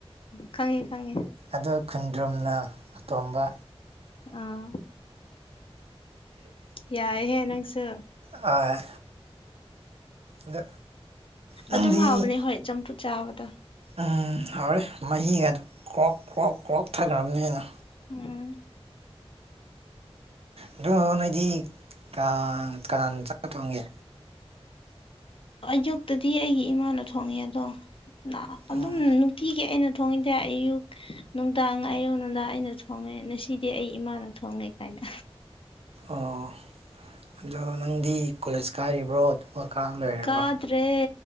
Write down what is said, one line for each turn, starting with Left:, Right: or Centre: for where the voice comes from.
Left: ꯈꯪꯉꯦ ꯈꯪꯉꯦ
Right: ꯑꯗꫭ ꯈꯨꯟꯗ꯭ꯔꯨꯝꯅ ꯑꯇꯣꯝꯕ
Left: ꯑꯥ ꯌꯥꯏꯍꯦ ꯅꯪꯁꯨ
Right: ꯑꯥ ꯑꯗꯨ ꯅꯪꯗꯤ
Left: ꯑꯗꯨꯝ ꯍꯥꯎꯕꯅꯦ ꯍꯣꯏ ꯆꯝꯐꯨꯠ ꯆꯥꯕꯗꯣ
Right: ꯎꯝ ꯍꯥꯎꯔꯦ ꯃꯍꯤꯒ ꯑꯗꯨ ꯀ꯭ꯔꯣꯛ ꯀ꯭ꯔꯣꯛ ꯀ꯭ꯔꯣꯛ ꯊꯛꯈ꯭ꯔꯥꯕꯅꯦꯅ
Left: ꯎꯝ
Right: ꯑꯗꯨ ꯅꯣꯏꯗꯤ ꯀꯥ ꯀꯅꯥꯅ ꯆꯥꯛ ꯊꯣꯡꯒꯦ
Left: ꯑꯌꯨꯛꯇꯗꯤ ꯑꯩꯒꯤ ꯏꯃꯥꯅ ꯊꯣꯡꯉꯦ ꯑꯗꯣ ꯑꯗꯨꯝ
Right: ꯎꯝ
Left: ꯅꯨꯡꯇꯤꯒꯤ ꯑꯩꯅ ꯊꯣꯡꯏꯗ ꯑꯌꯨꯛ ꯅꯨꯡ ꯗꯥꯡ ꯑꯌꯨꯛ ꯅꯨꯡꯗꯥꯡ ꯑꯩꯅ ꯊꯣꯡꯉꯦ ꯉꯁꯤꯗꯤ ꯑꯩ ꯏꯃꯥꯅ ꯊꯣꯡꯉꯦ ꯀꯥꯏꯅ
Right: ꯑꯣ ꯑꯗꯣ ꯅꯪꯗꯤ ꯀꯣꯂꯦꯖ ꯀꯥꯔꯤꯕ꯭ꯔꯣ ꯑꯗꯨꯒ ꯀꯥ ꯂꯣꯏꯔꯕꯣ
Left: ꯀꯥꯗ꯭ꯔꯦ